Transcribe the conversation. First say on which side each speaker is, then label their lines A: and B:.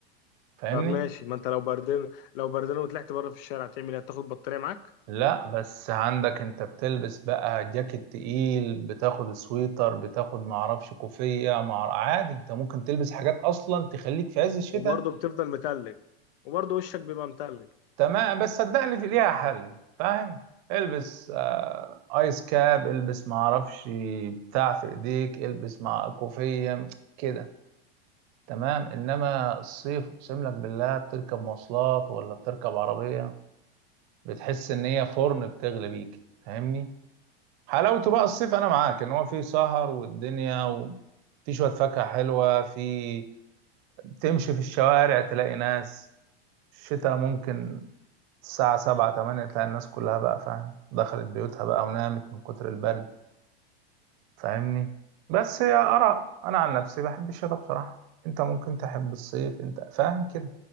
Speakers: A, on the right; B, on the left.
A: فاهمني
B: طب ماشي ما انت لو بردان لو بردان وطلعت بره في الشارع تعمل ايه تاخد بطاريه معاك
A: لا بس عندك انت بتلبس بقى جاكيت تقيل بتاخد سويتر بتاخد معرفش كوفية مع عادي انت ممكن تلبس حاجات اصلا تخليك في عز الشتاء
B: وبرضه بتفضل متلج وبرضه وشك بيبقى متلج
A: تمام بس صدقني في ليها حل فاهم البس آه ايس كاب البس معرفش بتاع في ايديك البس مع كوفية كده تمام انما الصيف اقسم لك بالله بتركب مواصلات ولا بتركب عربية بتحس ان هي فرن بتغلي بيك فاهمني حلاوته بقى الصيف انا معاك ان هو فيه سهر والدنيا وفي شويه فاكهه حلوه في تمشي في الشوارع تلاقي ناس الشتاء ممكن الساعه سبعة تمانية تلاقي الناس كلها بقى فاهم دخلت بيوتها بقى ونامت من كتر البرد فاهمني بس هي اراء انا عن نفسي بحب الشتاء بصراحه انت ممكن تحب الصيف انت فاهم كده